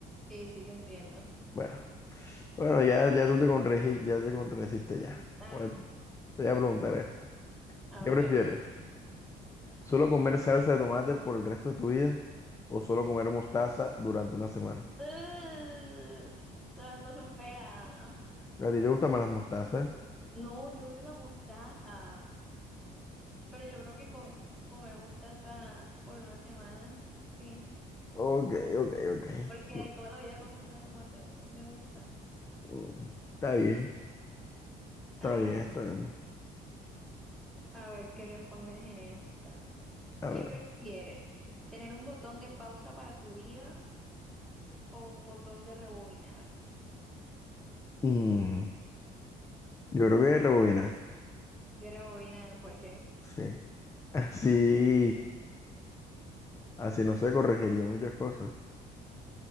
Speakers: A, in the centre; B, on the left.
A: Sí, sí, te entiendo.
B: Bueno, bueno, ya, ya tú te contradijiste, ya te contradijiste ya.
A: Ah,
B: Voy a- te voy a preguntar esto.
A: a
B: ¿Qué
A: ver.
B: prefieres? ¿Solo comer salsa de tomate por el resto de tu vida o solo comer mostaza durante una semana?
A: Ugh, todas dos son feas.
B: A ti te gustan más las mostazas.
A: No, yo odio la mostaza. Pero yo creo que com- comer mostaza por una semana, sí.
B: Ok, ok, ok.
A: Porque
B: No,
A: toda la vida con salsa de tomate no me gusta.
B: mm, Está bien, está
A: A
B: bien,
A: ver,
B: está
A: venga.
B: bien.
A: A ver qué respondes en esta.
B: A
A: ¿Qué
B: ver.
A: prefieres? ¿Tener un botón de pausa para tu vida o un botón de rebobinar?
B: mm, yo creo que rebobinar.
A: De rebobinar, porque
B: Sí. <laughs> Así, así no se corregiría muchas cosas.